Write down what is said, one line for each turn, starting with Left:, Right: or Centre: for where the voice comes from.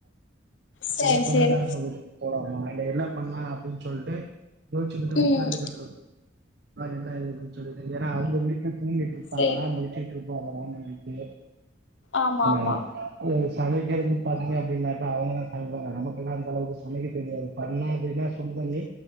Left: சேரி
Right: <unintelligible> இல்ல சொந்த
Left: சேரி
Right: காரங்க வீட்டுக்கு போலா <unintelligible> என்ன பண்லாம் அப்டின் சொல்ட்டு யோசிச்சிகிட்டு உட்காந்துட்ருக்கோ
Left: ம்
Right: எல்லா இருக்குன்னு சொல்ட்டு ஏனா அவங்க வீட்ல தூங்கிட்ருப்பாங்களா
Left: சேரி
Right: முழிச்சிட்ரு பாங்களா நின்னுட்டு
Left: ஆமா
Right: என்ன
Left: ஆமா
Right: இது சமைக்கிறது பாத்தீங்க அப்டினாக்கா அவங்க அது போற நமக்குலா அந்த அளவுக்கு சமைக்க தெரியாது பண்ணா வினஸ் பன் பண்ணி